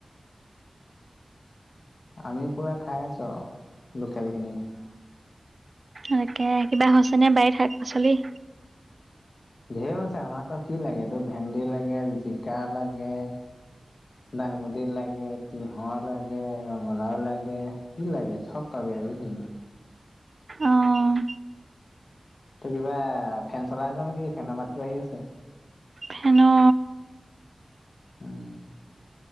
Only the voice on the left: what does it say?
আমি পুৰা খাই আছো আৰু লোকেলখিনি।
ঢেৰ হৈছে আমাৰতো কি লাগে এইটো ভেন্দি লাগে, জিকা লাগে, দাংবদী লাগে, তিয়হ লাগে, ৰঙলাও লাগে কি লাগে চব পাবি এভ্ৰিথিং
তই কিবা ফেন চলাই আছ নেকি ফেনৰ মাতটো আহি আছে?
উম